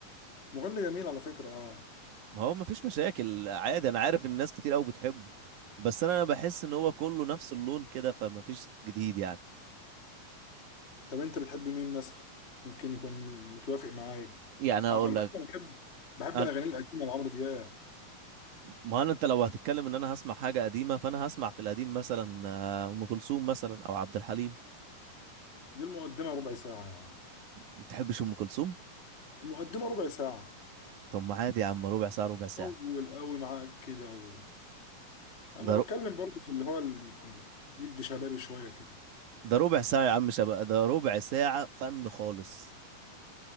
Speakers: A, on the left; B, on the right.
A: مغني جميل على فكره اه
B: ما هو مفيش مشاكل عادي انا عارف الناس كتير قوي بتحبه بس انا انا بحس ان هو كله نفس اللون كده فمفيش جديد يعني
A: طب انت بتحب مين مثلا يمكن يكون متوافق معايا
B: يعني هقول
A: اه على
B: لك
A: فكره بحب بحب
B: انا
A: اغاني القديمه لعمرو دياب
B: ما انا انت لو هتتكلم ان انا هسمع حاجه قديمه فانا هسمع في القديم مثلا آه، ام كلثوم مثلا او عبد الحليم
A: دي المقدمه ربع ساعه يعني
B: ما تحبش ام كلثوم
A: المقدمه ربع ساعه
B: طب ما عادي يا عم ربع ساعه ربع ساعه
A: طول قوي معاك كده و... انا
B: ده ر...
A: بتكلم برضو في اللي هو اللي يكون مدي شبابي شويه كده
B: ده ربع ساعه يا عم شباب ده ربع ساعه فن خالص